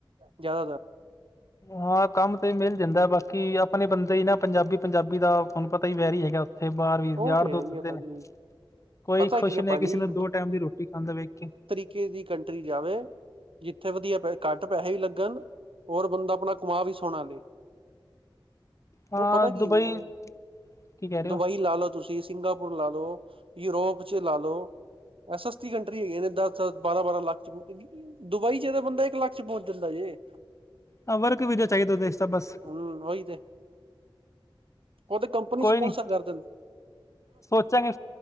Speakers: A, on the right (about 75°); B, on the left (about 35°).
A: ਜ਼ਿਆਦਾਤਰ।
B: ਹਾਂ ਕੰਮ ਤੇ ਮਿਲ ਜਾਂਦਾ ਬਾਕੀ, ਆਪਣੇ ਬੰਦੇ ਹੀ ਨਾ ਪੰਜਾਬੀ -ਪੰਜਾਬੀ ਦਾ ਤੁਹਾਨੂੰ ਪਤਾ ਹੀ ਵੈਰ ਹੀ ਹੈਗਾ। ਥੇ ਬਾਰ ਵੀ,
A: ਉਹ
B: ਯੜ
A: ਤੇ
B: ਤੋਂ
A: ਹੈ
B: ਸਧੇ
A: ਹੀ ਹੈ ਭਾਜੀ
B: ਨੇ ਕੋਈ
A: ਪਤਾ
B: ਖੁਸ਼
A: ਕੀ
B: ਨਹੀਂ
A: ਭਾਜੀ
B: ਹੈ, ਕਿਸੇ ਨੂੰ ਦੋ -ਟਾਈਮ ਦੀ ਰੋਟੀ ਖਾਂਦਾ ਵੇਖ ਕੇ।
A: ਕੇਦੀ ਕੰਟਰੀ ਜਾਵੇ। ਜਿੱਥੇ ਵਦੀਆ ਪੈ ਘੱਟ ਪੈਹੇ ਵੀ ਲੱਗਣ, ਔਰ ਬੰਦਾ ਆਪਣਾ ਕਮਾ ਵੀ ਸੋਣਾ ਲੇ।
B: ਹਾਂ
A: ਓ ਪਤਾ
B: ਦੁਬਈ
A: ਕੀ ਓ
B: ਕੀ ਕਹਿ ਰਹੇ ਹੋ
A: ਦੁਬਈ ਲਾ ਲਓ ਤੁਸੀਂ ਸਿੰਗਾਪੁਰ ਲਾ ਲੋ, ਯੂਰੋਪ ਚ ਲਾ ਲੋ। ਏਹ ਸਸਤੀ ਕੰਟਰੀ ਹੈਗੀਆਂ ਨੇ ਦਸ-ਦਸ, ਬਾਰਾਂ-ਬਾਰਾਂ ਲੱਖ ਚ। ਦੁਬਈ ਚ ਤੇ ਬੰਦਾ ਇੱਕ ਲੱਖ ਚ ਪੌਂਚ ਜਾਂਦਾ ਜੇ।
B: ਹਾਂ ਵਰਕ ਵੀਜਾ ਚਾਈਦਾ ਦੇਸ਼ ਦਾ ਬਸ।
A: ਹੂੰ, ਓਈ ਤੇ। ਓ ਤੇ ਕੰਪਨੀ ਸੰਪੋਂਸਰ
B: ਨੀ
A: ਕਰ ਦਿੰ
B: ਸੋਚਾਂਗੇ